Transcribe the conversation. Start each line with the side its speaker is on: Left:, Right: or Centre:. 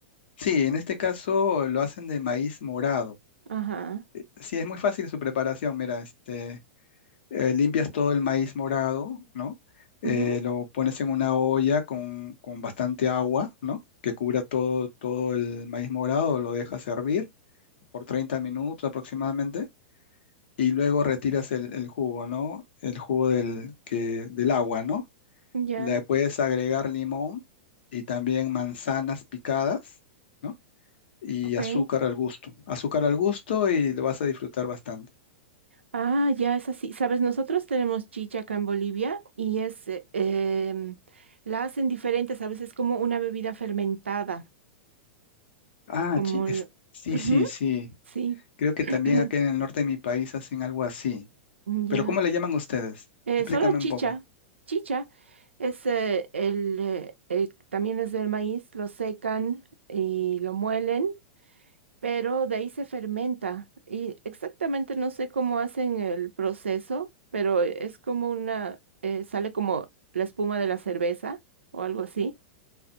Left: Sí, en este caso lo hacen de maíz morado.
Right: Ajá.
Left: Sí, es muy fácil su preparación. Mira, este, eh, limpias todo el maíz morado, ¿no? Eh,
Right: ujú,
Left: lo pones en una olla con, con bastante agua, ¿no? Que cubra todo, todo el maíz morado, lo dejas hervir por 30 minutos aproximadamente y luego retiras el, el jugo, ¿no? El jugo del, que, del agua, ¿no?
Right: Ya,
Left: Le puedes agregar limón y también manzanas picadas, ¿no? Y
Right: ok.
Left: azúcar al gusto. Azúcar al gusto y lo vas a disfrutar bastante.
Right: Ah, ya es así. Sabes, nosotros tenemos chicha acá en Bolivia y es, eh, em, la hacen diferentes, a veces como una bebida fermentada,
Left: Ah,
Right: como
Left: chi- es-
Right: el-
Left: sí,
Right: Ujú,
Left: sí, sí.
Right: sí,
Left: Creo que
Right: <clears throat>
Left: también acá en el norte de mi país hacen algo así.
Right: ya.
Left: Pero ¿cómo le llaman ustedes?
Right: Eh,
Left: Explícame
Right: solo chicha,
Left: un poco.
Right: chicha es eh, el, eh, eh, también es del maíz, lo secan y lo muelen pero de ahí se fermenta y exactamente no sé cómo hacen el proceso, pero es como una, eh, sale como la espuma de la cerveza o algo así,